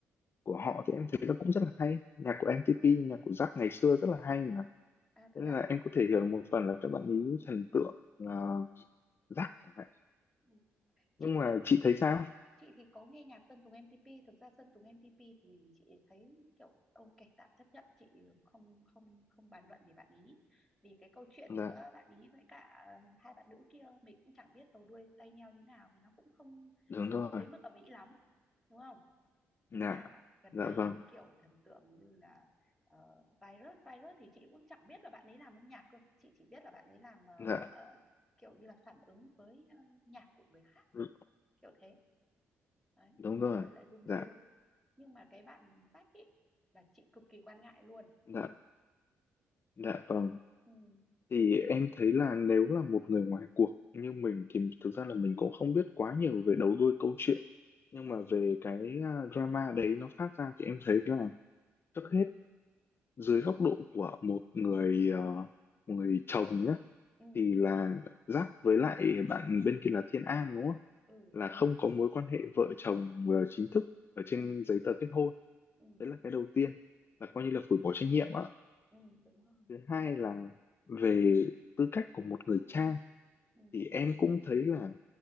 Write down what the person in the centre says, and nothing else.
À thế
à?
Ừ. chị
thì
chị thì có nghe nhạc Sơn Tùng M-TP thực ra Sơn Tùng M-TP thì chị thấy kiểu ok tạm chấp nhận chị không không không bàn luận về bạn ý vì cái câu chuyện
giữa bạn ý với cả hai bạn nữ kia mình cũng chẳng biết đầu đuôi tay nheo như nào vì nó cũng không
không đến mức ầm ĩ lắm đúng không
nhưng mà gần
đây
như kiểu thần tượng như là ờ, Virus Virus thì chị cũng chẳng biết là bạn ấy làm âm nhạc cơ chị chỉ biết là bạn ấy làm ờ,
ờ, kiểu như là phản ứng với ờ, nhạc của người khác
kiểu thế đấy
xong
rồi lại lùm
xùm nhưng mà cái bạn sách ấy là chị cực kỳ quan ngại luôn
ừ
ừ
ừ
ừ
ừ
ừ,
ừ đúng rồi
ừ